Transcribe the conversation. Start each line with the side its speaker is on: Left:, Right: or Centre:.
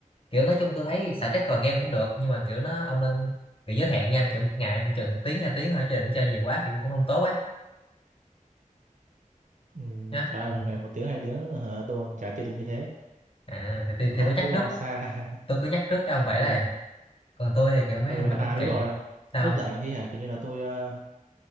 Left: kiểu nói chung tôi thấy xả stress bằng game cũng được nhưng mà kiểu nó ông nên bị giới hạn nha kiểu một ngày ông chừng tiếng hai tiếng thôi chứ đừng chơi nhiều quá thì cũng không tốt ấy
Right: ừ,
Left: nhá
Right: trời ơi
Left: ừ.
Right: một ngày một tiếng hai tiếng hả, tôi còn chả chơi được như thế
Left: à thì, thì,
Right: ông
Left: thì tôi nhắc
Right: cứ lo
Left: trước
Right: xa <laughs>
Left: tôi cứ nhắc trước cho ông vậy
Right: ừ.
Left: đây còn tôi thì kiểu mấy
Right: ừ.
Left: mình rất
Right: à đúng
Left: kệ giờ
Right: rồi
Left: sao
Right: lúc
Left: không?
Right: rảnh thì hả kiểu như là tôi ờ,